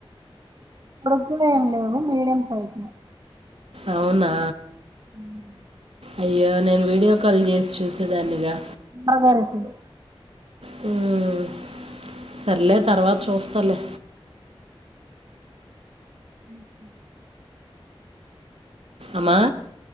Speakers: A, on the right; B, on the right.
A: పోడ్ కున ఎమ్ లేవు మీడియం సైజ లో
B: అవునా
A: హ్మ్
B: అయ్యో నేన్ వీడియో కాల్ చేస్ చూసేదాన్నిగా
A: బావ్ గార్ వచ్చిండు
B: హ్మ్ సర్లే తర్వాత్ చూస్తాలే
A: హుమ్
B: అమ్మా